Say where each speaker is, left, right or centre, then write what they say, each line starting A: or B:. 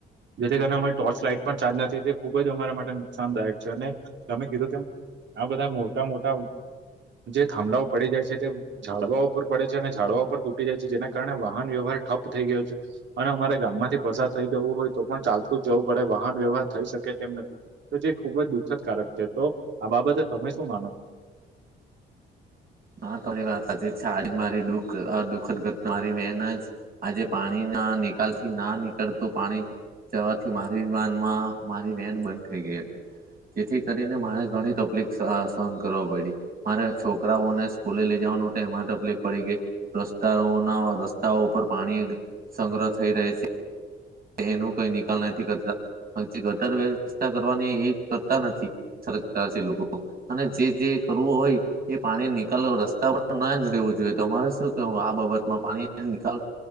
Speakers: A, on the right; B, on the right.
A: જેથી કરીને અમારી ટોર્ચ લાઈટ પણ ચાલતી નથી તે ખુબ જ અમારા માટે નુકસાનદાયક છે અને તમે કીધું તેમ આ બધા મોટા મોટા જે થાંભલાઓ પડી જાય છે તે ઝાડવાઓ ઉપર પડે છે અને ઝાડવાઓ પણ તૂટી જાય છે જેના કારણે વાહન વ્યવહાર ઠપ થઈ ગયો છે અને અમારે ગામ માંથી પસાર થઇ જવું હોય તો પણ ચાલતું જ જવું પડે વાહન વ્યવહાર થઈ શકે તેમ નથી તો જે ખુબ જ દુઃખદકારક છે તો આ બાબતે તમે શું માનો છો
B: હ તારી વાત સાચી છે આજ મારી દુઃખ દુખદગત મારી વન જ આજે પાણીના નિકાલ થી ના નીકળતું પાણી જવાથી મારી વાન માં મારી વાન બંધ થઈ ગઈ હતી જેથી કરીને મારે ઘણી તકલીફ સહન કરવા પડી મારે છોકરાઓને સ્કૂલે લઈ જવાનું હત એમાં તકલીફ પડી ગઈ રસ્તાઓના રસ્તાઓ ઉપર પાણી સંગ્રહ થઈ રહે છે એનું કઈ નિકાલ નથી કરતા ગટર વ્યવસ્થા કરવાની એ કરતા નથી સરકાર લોકો અને જે જે કરવું હોય એ પાણી ની રસ્તા પર ના જ રહેવું જોઈએ તો તમારે શું કેવું આ બાબતમાં પાણી નિકાલ